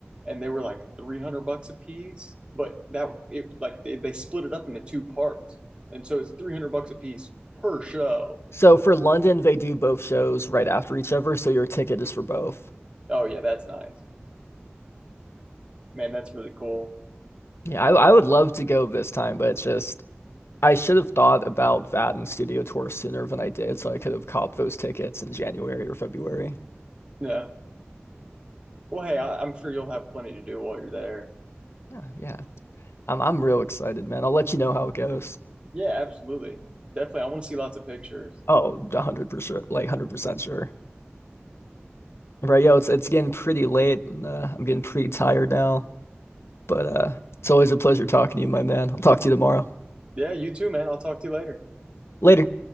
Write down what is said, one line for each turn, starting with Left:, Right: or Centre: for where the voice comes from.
Right: and they were like 300 bucks a piece, but that, it like, they, they split it up into two parts. And so it's 300 bucks a piece per show.
Left: So for London, they do both shows right after each other, so your ticket is for both.
Right: Oh, yeah, that's nice. Man, that's really cool.
Left: Yeah, I, I would love to go this time, but it's just I should have thought about that and studio tour sooner than I did, so I could have copped those tickets in January or February.
Right: Yeah. Well, hey, I, I'm sure you'll have plenty to do while you're there.
Left: Yeah, yeah. I'm I'm real excited, man. I'll let you know how it goes.
Right: Yeah, absolutely. Definitely. I want to see lots of pictures.
Left: Oh, 100%, like 100% sure. Right, yo, it's it's getting pretty late and uh, I'm getting pretty tired now, but uh it's always a pleasure talking to you, my man. I'll talk to you tomorrow.
Right: Yeah, you too, man. I'll talk to you later.
Left: Later.